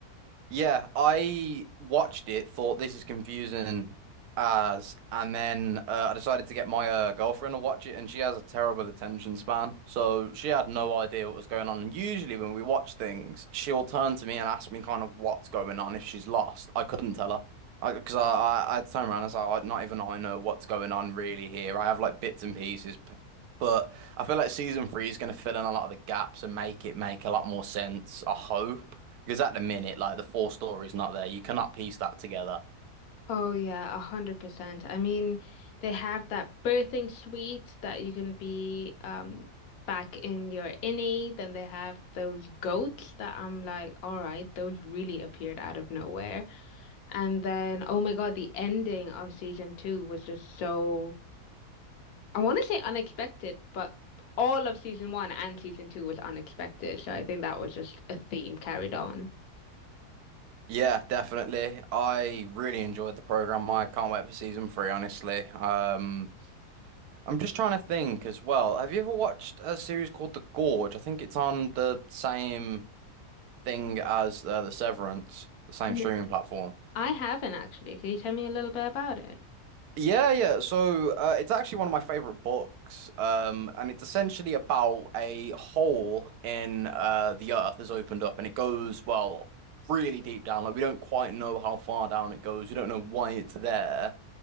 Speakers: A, on the right (about 75°); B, on the left (about 70°).
A: Yeah, I watched it, thought this is confusing as, and then uh, I decided to get my uh, girlfriend to watch it, and she has a terrible attention span, so she had no idea what was going on. And usually, when we watch things, she'll turn to me and ask me kind of what's going on if she's lost. I couldn't tell her. I because I, I I turned around and said, "I- not even I know what's going on really here. I have like bits and pieces, p- but I feel like season three is going to fill in a lot of the gaps and make it make a lot more sense. I hope. Because at the minute, like the full story's not there. You cannot piece that together.
B: Oh yeah, a hundred percent. I mean, they have that birthing suite that you can be um back in your innie. Then they have those goats that I'm like, all right, those really appeared out of nowhere. And then, oh my God, the ending of season two was just so I want to say unexpected, but all of season one and season two was unexpected. So I think that was just a theme carried on.
A: Yeah, definitely. I really enjoyed the program. I can't wait for season three, honestly. Um, I'm just trying to think as well. Have you ever watched a series called The Gorge? I think it's on the same thing as uh, The Severance, the same
B: N
A: streaming platform.
B: I haven't actually. Can you tell me a little bit about it?
A: Yeah, yeah. So uh, it's actually one of my favorite books, um, and it's essentially about a hole in uh, the earth has opened up, and it goes well really deep down. Like we don't quite know how far down it goes. We don't know why it's there,